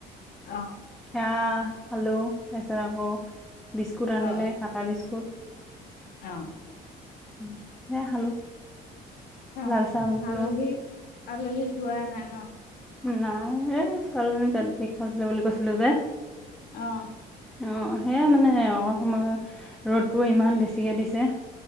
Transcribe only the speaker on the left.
অ
অ
অ
অ
আলহী
আলহী যোৱাই নাই ন।
অহ